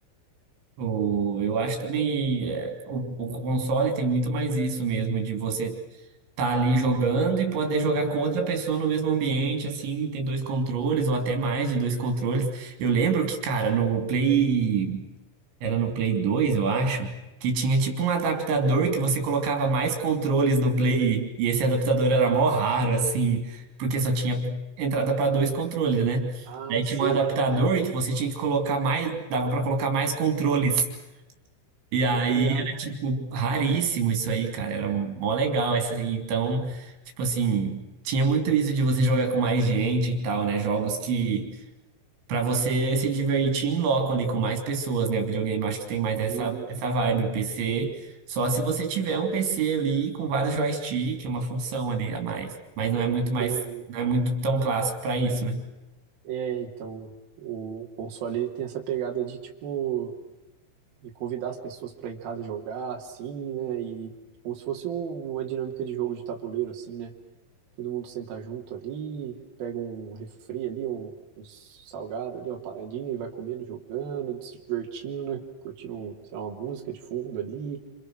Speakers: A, on the right; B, on the right.
A: O, eu acho também é, o, o console tem muito mais isso mesmo, de você tá ali jogando e poder jogar com outra pessoa no mesmo ambiente, assim, ter dois controles ou até mais de dois controles. Eu lembro que, cara, no Play, era no Play 2 eu acho, que tinha tipo um adaptador que você colocava mais controles no Play e esse adaptador era mó raro, assim, porque só tinha entrada para dois controles, né?
B: Ah,
A: Daí tinha
B: sei.
A: um adaptador que você tinha que colocar mais, dava para colocar mais controles. E aí
B: Tô ligado.
A: era, tipo, raríssimo isso aí, cara. Era mó legal. Esse, assim, então, tipo assim, tinha muito isso de você jogar com mais gente e tal, né? Jogos que, pra você se divertir em loco ali com mais pessoas, né? O videogame acho que tem mais essa,
B: Hum,
A: essa vibe. O PC, só se você tiver um PC ali com vários joystick, uma função ali a mais. Mas não é muito
B: ideia.
A: mais,
B: hein?
A: não é muito tão clássico pra isso, né?
B: É, então, o console ele tem essa pegada de tipo de convidar as pessoas para em casa jogar assim, né? E como se fosse um- uma dinâmica de jogo de tabuleiro assim, né? Todo mundo senta junto ali, pega um refri ali, um, uns salgado ali, uma paradinha e vai comendo, jogando, se divertindo, né? Curtindo, um, sei lá, uma música de fundo ali.